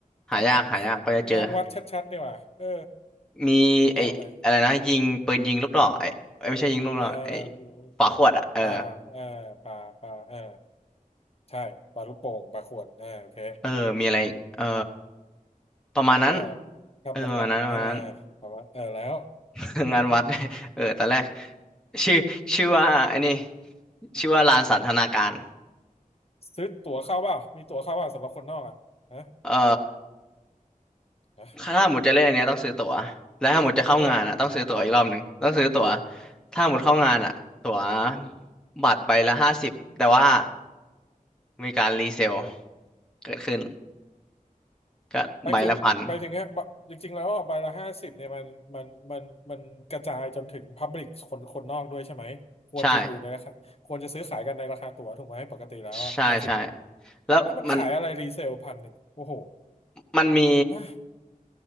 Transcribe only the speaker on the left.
<laughs> งานวัดชัดๆนี่หว่าเออ
เจ๋วเลยเออ
ป่าเออป่าป่าเออ ใช่ปลาลูกโป่งปลาขวดอ่าโอเค
ก็ครับหลักๆอ่า
ประมาณเออแล้ว
<laughs> ซื้อตั๋วเข้าเปล่ามีตั๋วเข้าเปล่าสำหรับคนนอกอ่ะนะ
นะ
ก็
อ่ะ
หมายถึงหมายถึงฮะบะจริงๆแล้วอ่ะใบละห้าสิบเนี่ยมันมันมันมันกระจายจนถึงพับลิกคนคนนอกด้วยใช่ไหมควรจะอยู่ในราคาควรจะซื้อขายกันในราคาตั๋วถูกไหมปกติแล้วห้าสิบ
แล้วมันขายอะไรรีเซลพันหนึ่งโอ้โห
ฮะ